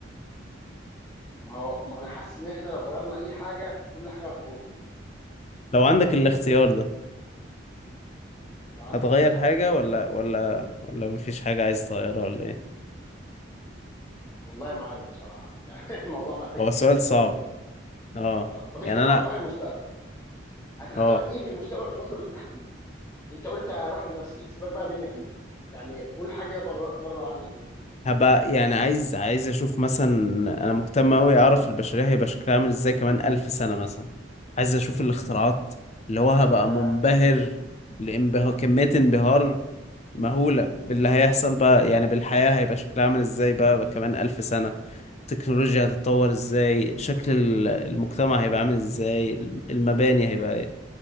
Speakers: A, on the left; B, on the left.
A: ما هو ما انا حاسس ان احنا لو غيرنا اي حاجه كل حاجه هتبوظ
B: لو عندك الاختيار ده
A: لو عند
B: هتغير
A: الاختيار
B: حاجة
A: ده
B: ولا ولا ولا مفيش حاجة عايز تغيرها ولا إيه
A: والله ما عارف بصراحه <laughs> يعني الموضوع محتاج
B: هو
A: تفكير
B: سؤال صعب
A: جامد قوي
B: اه
A: اه طب انت
B: يعني
A: لو
B: أنا
A: هتروح المستقبل هتختار
B: اه
A: ايه في المستقبل تروح له بالتحديد انت قلت هروح لنفسي سيبك بقى منك انت يعني قول حاجه بره بره عنك انت
B: هبقى يعني عايز عايز اشوف مثلا انا مهتم اوي اعرف البشرية هيبقى شكلها عامل ازاي كمان الف سنة مثلا عايز اشوف الاختراعات اللي هو هبقى
A: يا
B: منبهر لانبهار كمية انبهار مهولة باللي هيحصل بقى يعني بالحياة هيبقى شكلها عامل ازاي بقى كمان الف سنة
A: مم.
B: التكنولوجيا هتتطور ازاي شكل ال- المجتمع هيبقى عامل ازاي المباني هيبقى إيه؟